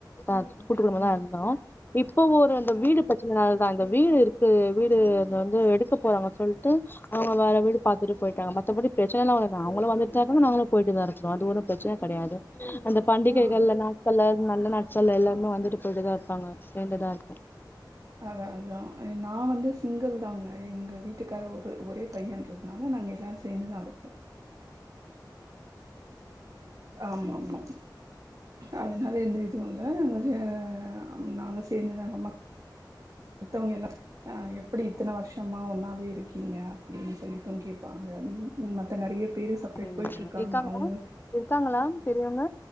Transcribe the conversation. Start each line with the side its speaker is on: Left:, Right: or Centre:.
Left: அ கூட்டு குடும்ப தா இருந்தோ இப்போ ஒரு அந்த வீடு ப சின்னனால் தா அந்த வீடு இருக்கு வீடு அது வந்து எடுக்க போறாங்க சொல்ட்டு அவங்க வேற வீடு பாத்துட்டு போயிட்டாங்க மத்தபடி ப்ரெச்சன எல்லா அவ தா அவங்கள வந்துட்டு தா இருக்காங்க நாங்களு போயிட்டு தா இருக்றோ அது ஒரு ப்ரெச்சன கெடையாது அந்த பண்டிகைகள்ல
Right: ஆ
Left: நாட்கள்ல நல்ல நா சல்ல எல்லாருமே வந்துட்டு போயிட்டுதா இருப்பாங்க சேந்துதா இருக்கு
Right: அதா அதுதா நா வந்து சிங்கிள் தாங்க எங்க வீட்டுக்கார ஒரு ஒரே பையன்றதுனால நாங்க எல்லாரு சேந்துதா இருக்கோ ஆமா ஆமா அதுனால எந்த இதுவு இல்ல நாங்க செ ஆம் நாங்க சேந்துதா ரொம்ப மத்தவங்க எல்லா அ எப்பிடி இத்தன வருஷமா ஒன்னாவே இரு க்கீங்க அப்டின்னு சொல்லிட்டும் கேப்பாங்க ம் ம த்த நெறைய பேரு செப்ரேட்
Left: அப்டிங்கறாங்க
Right: போயிட்ருக்காங்க
Left: இருக்காங்களா
Right: அவங்க
Left: இருக்காங்களா பெரியவங்க